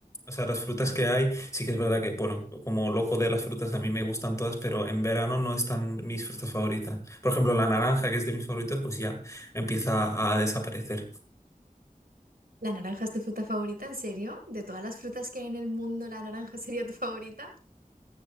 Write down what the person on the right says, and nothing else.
¿La naranja es tu fruta favorita? ¿En serio? ¿De todas las frutas que hay en el mundo, la naranja <laughs> sería tu favorita? <laughs>